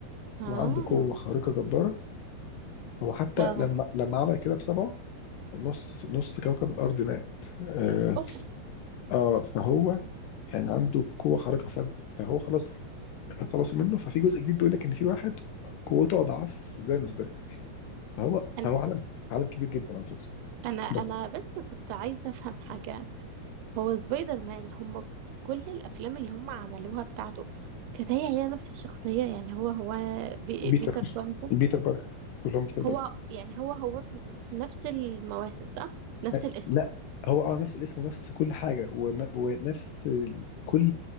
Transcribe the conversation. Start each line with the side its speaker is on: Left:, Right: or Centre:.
Right: اه
Left: وعنده قوة خارقة جبارة هو حتى
Right: اه
Left: لما لما عمل كده بسبعه نص نص كوكب الارض مات اه,
Right: اوف
Left: آه فهو يعني عنده قوة خارقة ف- فهو خلاص خلصوا منه ففي جزء جديد بيقول لك ان في واحد قوته اضعاف ذانوس ده هو
Right: انا
Left: هو عالم عالم كبير جدا على فكره
Right: انا أنا
Left: بس
Right: بس كنت عايزة افهم حاجة هو سبايدر مان هم ك- كل الافلام اللي هم عملوها بتاعته كانت هي هي نفس الشخصية يعني هو هو بي
Left: بيتر
Right: بيتر بانتر
Left: بيتر باركر كلهم بيتر باركر
Right: هو يعني هو هو في, في نفس المواسم صح؟ نفس
Left: أي-
Right: الاسم
Left: لا هو اه نفس الاسم ونفس كل حاجه وم- ونفس ال- كل